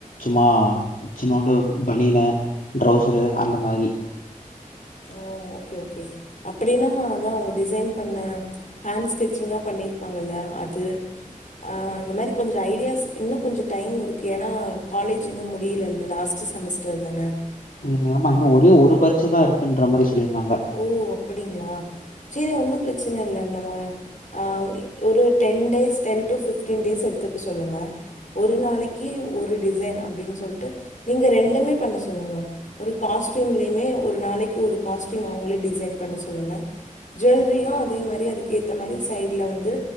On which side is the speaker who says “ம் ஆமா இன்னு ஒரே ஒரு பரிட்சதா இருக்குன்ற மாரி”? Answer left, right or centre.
Left